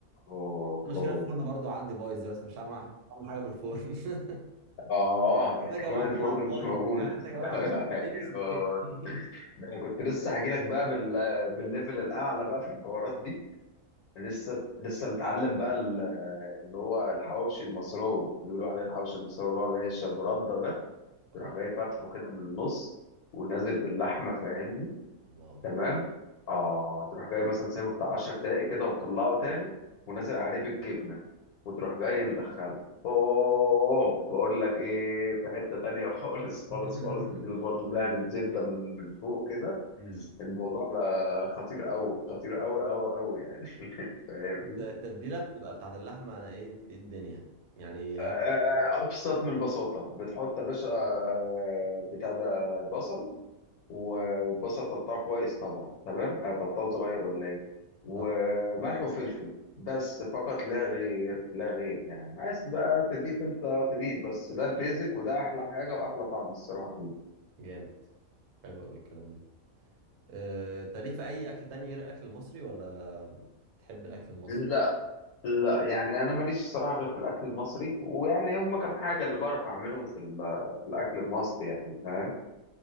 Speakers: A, on the left; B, on the right.
A: اوه
B: مشكلة
A: اوه
B: الفرن برضو عندي بايظ دلوقتي مش هعمل هعمل حاجة في الفرن <laughs>
A: اه
B: كده جوعتني
A: كمان الفرن
B: على الفاضي
A: مش موجود
B: يعني
A: <laughs>
B: انت كمان عشان
A: أيوه.
B: وسبتني
A: ده انا كنت لسه هجيلك بقى بال... بالليفل الاعلى بقى في الحوارات دي لسه لسه متعلم بقى ال- اللي هو الحواوشي المصراوي بيقولوا عليه الحواوشي المصراوي اللي هو العيش ابو رده ده
B: <laughs>
A: تروح
B: اه
A: جاي فاتحه كده من النص ونازل باللحمه فاهمني
B: الله
A: تمام اه تروح جاي مثلا سايبه بتاع 10 دقايق كده ومطلعه تاني ونازل عليه بالجبنه وتروح جاي مدخله اوه بقول لك ايه في حته تانية <laughs> خالص
B: <laughs>
A: خالص خالص تديله برضه دهن الزبده من من فوق كده
B: امم
A: الموضوع بقى خطير قوي خطير قوي قوي قوي يعني <laughs> فاهمني
B: التتبيلة بتبقى بتاعت اللحمة أنا إيه إيه الدنيا يعني هب
A: آه، ابسط من البساطه بتحط يا باشا آه، بتاع ده بصل وبصل تقطعه كويس طبعا تمام آه، تقطعه صغير ولا ايه وملح
B: طعم
A: وفلفل بس فقط لا غير لا غير يعني عايز بقى تضيف انت تضيف بس ده البيزك وده احلى حاجه واحلى طعم الصراحه فيه
B: جامد حلو أوي الكلام ده آه، أنت ليك في أي أكل تاني غير الأكل المصري ولا بتحب الأكل المصري
A: لا لا يعني انا ماليش الصراحه غير في الاكل المصري ويعني هم كام حاجه اللي بعرف اعملهم في ال- في الاكل المصري يعني فاهم